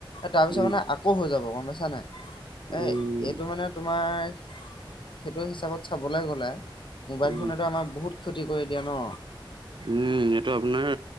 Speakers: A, on the left (about 65°); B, on the right (about 65°).
A: তাৰপিছত
B: উম
A: মানে আক কৌ হৈ যাব গম পাইছা নাই, এ।
B: উম
A: এইটো মানে তোমাৰ সেইটো হিচাপত চাবলৈ গ'লে। মোবাইল
B: উম
A: ফোনেটো আমাৰ বহুত ক্ষতি কৰি দিয়ে ন।
B: উম এইটো আপোনাৰ